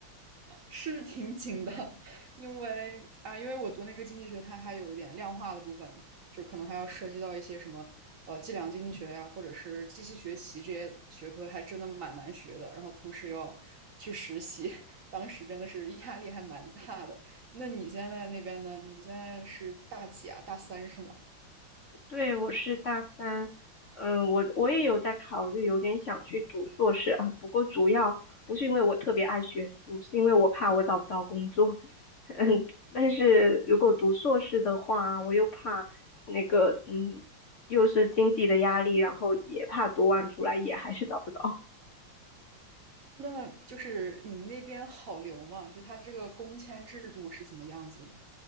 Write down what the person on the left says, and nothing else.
对，我是大三，嗯，我我也有在考虑，有点想去读硕士啊。不过主要不是因为我特别爱学术，是因为我怕我找不到工作。<laughs> 嗯，但是如果读硕士的话，我又怕那个，嗯，又是经济的压力，然后也怕读完出来也还是找不着。